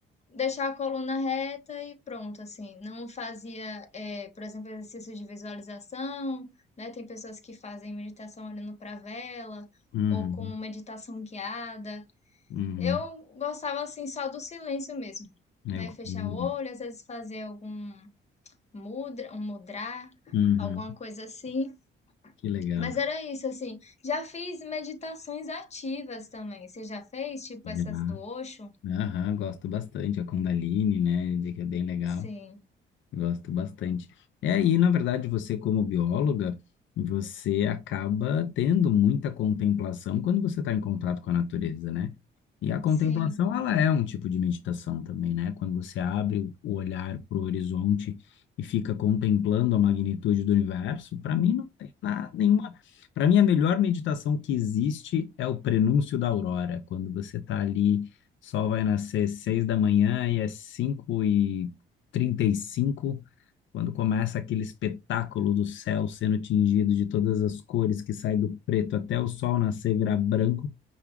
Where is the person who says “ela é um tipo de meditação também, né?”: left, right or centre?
Left